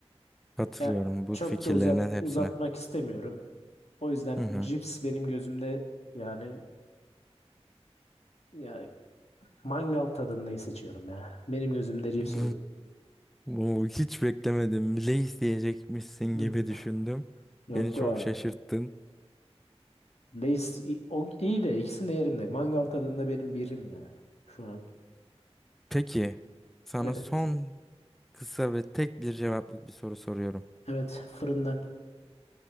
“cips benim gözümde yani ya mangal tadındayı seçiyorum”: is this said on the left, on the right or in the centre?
Left